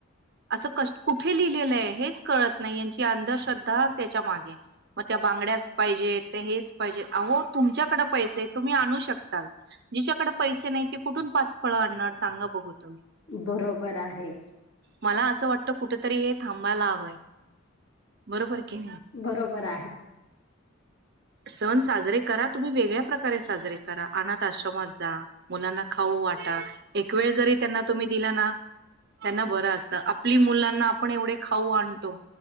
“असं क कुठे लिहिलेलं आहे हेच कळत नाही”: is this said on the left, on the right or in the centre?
Right